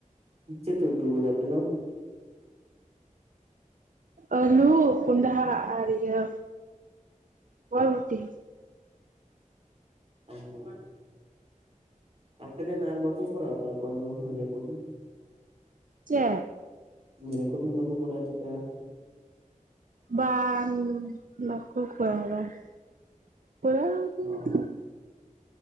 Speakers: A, on the right; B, on the right.
A: ᱪᱚᱫ ᱯᱮ ᱩᱛᱩ ᱟᱠᱟᱫᱟ ᱟᱯᱮ ᱫᱚ?
B: ᱟᱞᱩ ᱠᱚᱱᱰᱷᱟ ᱟᱲᱟᱜ ᱟᱨ ᱤᱭᱟᱹ ᱵᱷᱚᱨᱴᱤ᱾
A: ᱦ <unintelligible> ᱟᱯᱮ ᱨᱮᱱ ᱟᱨ ᱵᱟᱠᱚ ᱠᱚᱨᱟᱣ ᱫᱟ ᱚᱠᱭᱦᱚᱸ ᱨᱮᱠᱳᱰᱤᱧ
B: ᱪᱮ
A: ᱨᱮᱠᱳᱰᱤᱧ ᱵᱟᱠᱚ ᱠᱚᱟᱭ ᱛᱟᱯᱮᱭᱟ
B: ᱵᱟᱝ ᱵᱟ ᱠᱚ ᱠᱚᱨᱟᱣ ᱫᱟ᱾ <unintelligible>
A: ᱟᱨ?